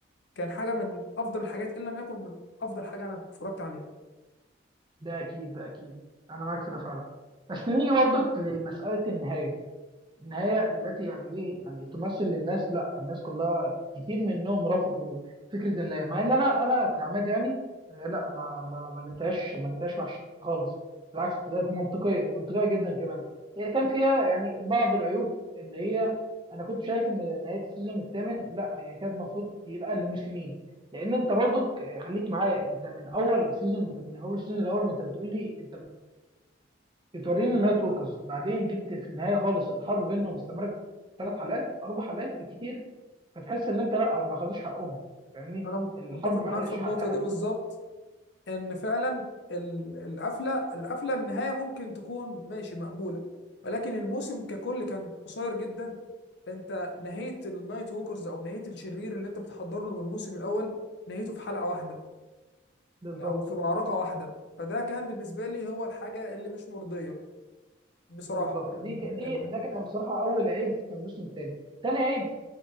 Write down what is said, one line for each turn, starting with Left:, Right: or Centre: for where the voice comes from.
Left: كان حاجة من افضل الحاجات ان لم يكن من افضل حاجة انا اتفرجت عليها
Right: ده اكيد ده اكيد انا معاك في ده فعلا بس نيجي برضك لمساله النهايه النهاية التي يعني إيه يعني تمثل للناس لا الناس كلها كتير منهم رفضوا فكرة النهاية مع إن أنا أنا كعماد يعني آه، لا ما ما ما لقيتهاش ما لقيتهاش وحشة خالص بالعكس طلعت منطقية منطقية جدا كمان هي كان فيها يعني بعض العيوب اللي هي أنا كنت شايف إن نهاية السيزون الثامن لا هي كانت المفروض يبقى لموسمين لأن أنت برضو خليك معايا أنت من أول سيزون من أول السيزون الأول وأنت بتقول لي أنت بتوريني النايت ووكرز بعدين جبت في النهايه خالص الحرب بينهم استمرت ثلاث حلقات اربع حلقات بالكتير فتحس ان انت لا ما خدوش حقهم فاهمني
Left: انا مت-
Right: الحرب
Left: متفق
Right: ما
Left: معاك
Right: خدتش
Left: في النقطة
Right: حقها
Left: دي بالظبط ان فعلا ال- القفله القفله النهايه ممكن تكون ماشي مقبوله ولكن الموسم ككل كان قصير جدا انت نهيت النايت ووكرز او نهيت الشرير اللي انت بتحضر له من الموسم الاول نهيته في حلقه واحده
Right: بالظبط
Left: او في معركه واحده فده كان بالنسبه لي هو الحاجه اللي مش مرضيه بصراحه
Right: بالظبط
Left: ال...
Right: دي ك...
Left: ال...
Right: دي ده كان بصراحه اول عيب في الموسم الثاني ثاني عيب